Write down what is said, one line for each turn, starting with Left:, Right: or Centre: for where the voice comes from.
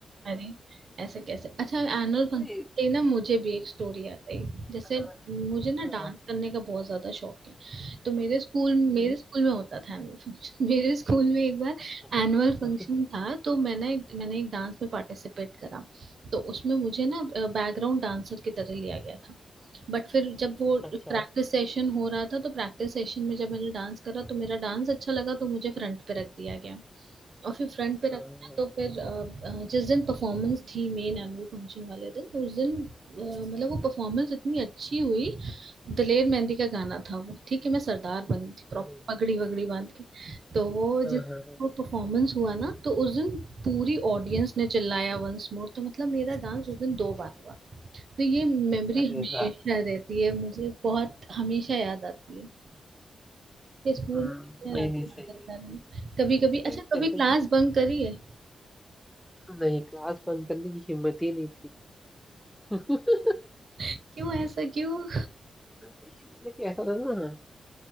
Right: अरे ऐसे कैसे अच्छा एनुअल फंक्शन
Centre: नहीं
Right: ना मुझे भी एक स्टोरी याद आई जैसे
Centre: हाँ
Right: मुझे ना
Centre: हाँ
Right: डांस करने का बहुत ज्यादा शौक है तो मेरे स्कूल
Centre: ये-
Right: मेरे स्कूल में होता था एनुअल फंक्शन <laughs> मेरे स्कूल में एक बार
Centre: अच्छा अच्छा
Right: एनुअल फंक्शन था तो मैंने एक मैंने एक डांस में पार्टिसिपेट करा तो उसमें मुझे ना बैकग्राउंड डांसर की तरह लिया गया था बट फिर जब वो
Centre: अच्छा
Right: प्रैक्टिस
Centre: अच्छा,
Right: सेशन हो रहा था तो प्रैक्टिस सेशन में जब मैंने डांस करा तो मेरा डांस अच्छा लगा तो मुझे फ्रंट पे रख दिया गया और फिर फ्रंट पे रखना
Centre: हाँ
Right: तो फिर अ, अ, जिस दिन परफॉर्मेंस थी मेन एनुअल फंक्शन वाले दिन तो उस दिन अ, मतलब वो परफॉर्मेंस इतनी अच्छी हुई दलेर मेहंदी का गाना था वो ठीक है मैं सरदार बनी थी प्रॉपर
Centre: अरे वाह
Right: पगड़ी वगड़ी बांध के तो वो
Centre: हाँ
Right: जिस
Centre: हाँ हाँ,
Right: वो परफॉर्मेंस हुआ ना तो उस दिन पूरी ऑडियंस ने चिल्लाया वंस मोर तो मतलब मेरा डांस उस दिन दो बार हुआ तो ये मेमोरी
Centre: अरे
Right: हमेशा
Centre: वाह
Right: रहती है मुझे बहुत हमेशा याद आती है कि स्कूल
Centre: हम्म
Right: में कितने रात
Centre: नहीं नहीं सही
Right: मटर कर
Centre: है
Right: रहे हैं कभी कभी
Centre: ये
Right: अच्छा
Centre: जैसे
Right: कभी क्लास
Centre: कि
Right: बंक करी है
Centre: नहीं क्लास बंद करने की हिम्मत ही नहीं थी <laughs>
Right: क्यों ऐसा क्यों
Centre: सही है, लेकिन ऐसा था ना